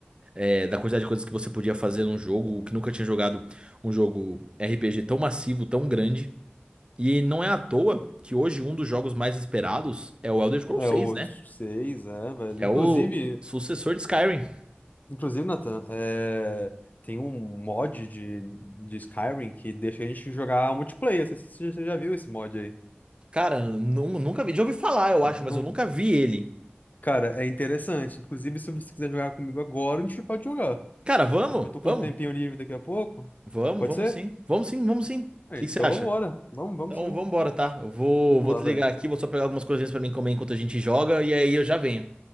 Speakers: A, on the right; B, on the left.
A: é, da quantidade de coisas que você podia fazer num jogo, que nunca tinha jogado um jogo RPG tão massivo, tão grande. E não é à toa que hoje um dos jogos mais esperados é o Elder Scrolls
B: É,
A: 6,
B: outros
A: né?
B: seis, é, velho.
A: Que
B: Inclusive,
A: é o sucessor de Skyrim.
B: inclusive, Nathan, é, tem um mod de, de Skyrim que deixa a gente jogar multiplayer. Você, você você já viu esse mod aí?
A: Cara, nu- nunca vi. Já ouvi falar, eu
B: Não...
A: acho, mas eu nunca vi ele.
B: Cara, é interessante. Inclusive, se você quiser jogar comigo agora, a gente pode jogar.
A: Cara, vamos?
B: Eu tô com
A: Vamos?
B: um tempinho livre daqui a pouco.
A: Vamos,
B: Pode
A: vamos
B: ser?
A: sim. Vamos sim, vamos sim. O
B: É,
A: que
B: então
A: que você acha?
B: vambora. Vamos, vamos
A: Então,
B: sim.
A: vambora, tá? Eu vou,
B: Vamos
A: vou
B: lá,
A: desligar
B: velho.
A: aqui, vou só pegar algumas coisinhas pra mim comer enquanto a gente joga, e aí eu já venho.